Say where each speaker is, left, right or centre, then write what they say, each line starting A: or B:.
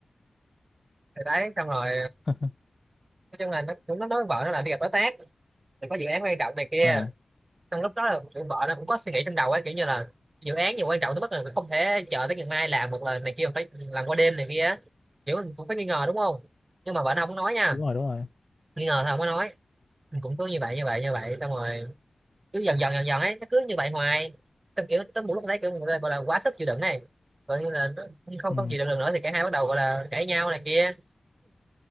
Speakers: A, on the right (about 45°); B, on the left (about 40°).
A: Thì đấy xong rồi
B: <laughs>
A: nói chung là nó cũng nó nói với vợ nó là đi gặp đối tác thì có dự án quan trọng này kia
B: Ờ,
A: trong lúc đó là kiểu vợ nó cũng có suy nghĩ trong đầu ấy kiểu như là dự án nhiều quan trọng tới mức là không thể chờ tới ngày mai làm một lần này kia mà phải làm qua đêm này kia á. kiểu mình cũng phải nghi ngờ đúng không nhưng mà vợ nó không có nói nha
B: đúng rồi, đúng rồi.
A: nghi ngờ thì không có nói mình cũng cứ như vậy như vậy như vậy xong rồi cứ dần dần dần dần ấy nó cứ như vậy hoài xong kiểu tới một lúc đấy kiểu người ta gọi là quá sức chịu đựng này gọi như là nó không
B: Ừ.
A: có chịu đựng được nữa thì cả hai bắt đầu gọi là cãi nhau này kia